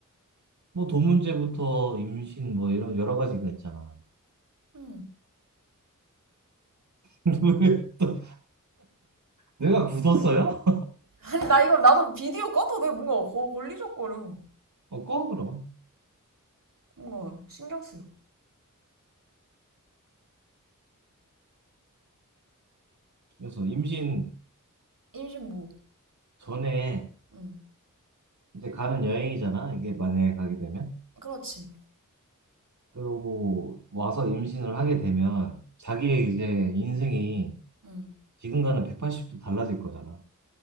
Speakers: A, on the right (about 60°); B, on the right (about 85°).
A: 뭐 돈 문제부터 임신 뭐 이런 여러 가지가 있잖아.
B: 응
A: <laughs> 왜 또 내가 굳었어요?
B: 아니 나 이거 나도 비디오 꺼도 돼 뭔가 거- 걸리적거려
A: 어, 꺼 그럼.
B: 뭔가 신경 쓰여
A: 그래서 임신
B: 임신 뭐?
A: 전에
B: 응
A: 이제 가는 여행이잖아. 이게 만약에 가게 되면.
B: 그렇지
A: 그러고 와서 임신을 하게 되면 자기의 이제 인생이
B: 응응
A: 지금과는 180도 달라질 거잖아.